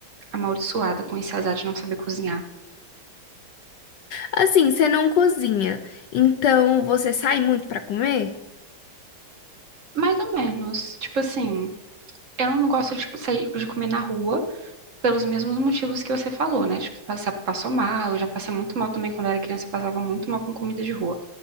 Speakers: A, on the right (about 45°); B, on the left (about 70°).
A: amaldiçoada com esse azar de não saber cozinhar.
B: Assim, você não cozinha, então você sai muito pra comer?
A: Mais ou menos. Tipo assim, eu não gosto de sair de comer na rua pelos mesmos motivos que você falou, né? Tipo, passa- passou mal, eu já passei muito mal também quando eu era criança, eu passava muito mal com comida de rua.